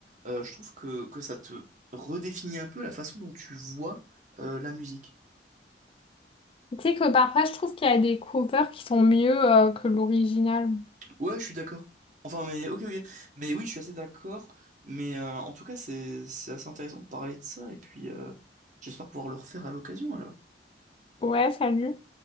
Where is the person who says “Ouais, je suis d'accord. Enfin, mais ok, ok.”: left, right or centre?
Right